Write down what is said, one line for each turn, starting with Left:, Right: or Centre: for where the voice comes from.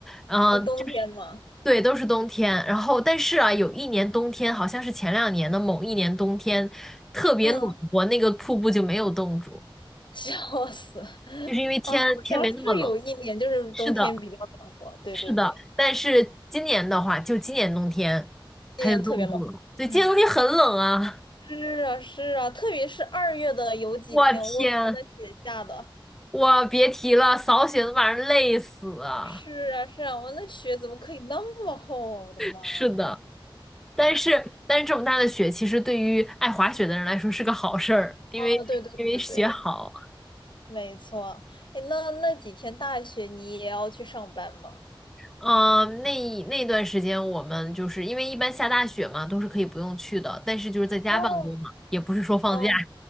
Centre: 嗯、
Left: 那冬天吗？
Centre: 就是对，都是冬天。然后，但是啊，有一年冬天，好像是前两年的某一年冬天，特别暖和，
Left: 嗯，
Centre: 那个瀑布就没有冻住，
Left: 笑死。
Centre: 就是因为天天没那么冷。
Left: 啊，好像是有一年，就是冬天比较暖和。
Centre: 是的，
Left: 对对对，
Centre: 是的。但是今年的话，就今年冬天，
Left: 今年特别冷。
Centre: 它就冻住了。对，
Left: 嗯，
Centre: 今年冬天很冷啊，
Left: 是啊是啊，特别是二月的有几天，
Centre: <laughs> 我天，
Left: 我靠，那雪下的。
Centre: 我别提了，扫雪都把人累死啊。
Left: 是啊，是啊，我那雪怎么可以那么厚啊！我的妈啊！
Centre: 是的，但是但是这么大的雪，其实对于爱滑雪的人来说是个好事儿，因为因为雪好。
Left: 哦，对对对对对，没错。哎，那那几天大雪你也要去上班吗？
Centre: 嗯、那一那段时间我们就是因为一般下大雪嘛，都是可以不用去的，但是就是在家办公嘛，
Left: 哦，
Centre: 也不是说放假，
Left: 哦，